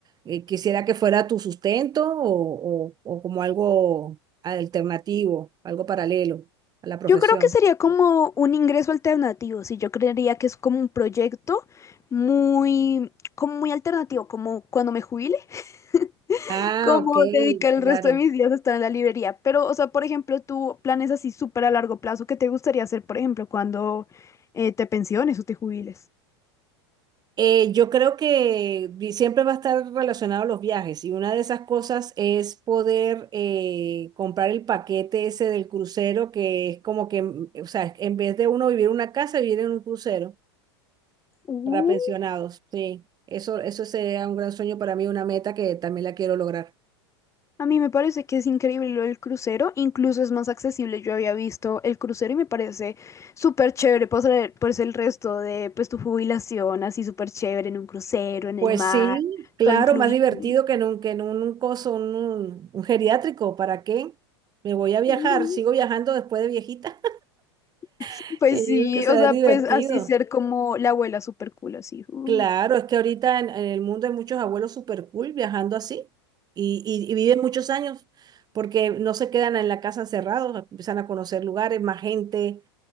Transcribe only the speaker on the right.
eh, quisiera que fuera tu sustento o, o, o como algo alternativo, algo paralelo a la profesión.
Ah,
ok,
claro.
Eh, yo creo que vi- siempre va a estar relacionado a los viajes y una de esas cosas es poder eh, comprar el paquete ese del crucero que es como que, mm, o sea, en vez de uno vivir en una casa, vivir en un crucero
para pensionados. Sí, eso, eso sería un gran sueño para mí, una meta que también la quiero lograr.
Pues
sí, claro,
más divertido que en un, que en un coso, un, un un geriátrico. ¿Para qué? Me voy a viajar,
sigo viajando después de viejita.
<laughs>
Yo
creo que será
divertido.
Claro, es que ahorita en, en el mundo hay muchos abuelos super cool viajando así y, y- y viven muchos años porque no se quedan en la casa encerrados, empiezan a conocer lugares, más gente,